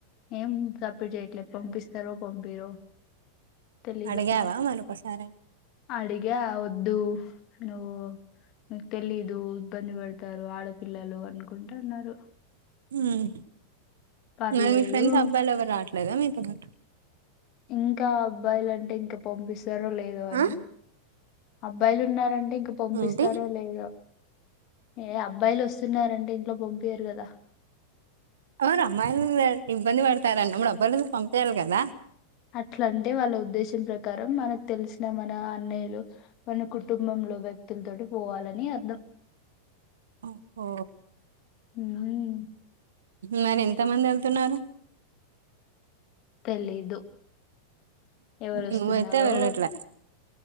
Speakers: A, on the left (about 40°); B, on the right (about 65°).
A: ఏం సప్పుడ్ చేయట్లే పంపిస్తరో పంపీయరో తెలీదు.
B: అడిగావా మరొకసారి
A: అడిగా వద్దూ నువ్ మీక్ తెలీదు అబ్బంది పడ్తారు ఆడపిల్లలు అనుకుంట అన్నారు.
B: మ్
A: పర్లేదు
B: మరి మీ ఫ్రెండ్స్ అబ్బాయిలు ఎవరు రావట్లేదా మీతో పాటు
A: ఇంకా అబ్బాయిలంటే ఇంక పంపిస్తరో లేదో అని
B: ఆ
A: అబ్బాయిలు ఉన్నారంటే ఇంక పంపిస్తారో
B: ఏంటి
A: లేదో ఏ అబ్బాయిలు వస్తున్నారంటే ఇంట్లో పంపియారు కదా
B: అవును అమ్మాయిలు వేల్ ఇబ్బంది పడతారనప్పుడు అబ్బాయిలను పంపియాలి కదా
A: అట్లా అంటే వాళ్ళ ఉద్దేశం ప్రకారం మనకు తెలిసిన మన అన్నయ్యలు మన కుటుంబం లో వ్యక్తులతోటి పోవాలని అర్థం
B: ఓ
A: హుమ్
B: మరి ఎంత మంది వెళ్తున్నారు
A: తెలీదు ఎవరు వస్తున్నారో
B: నువ్వైతే వెళ్ళట్లే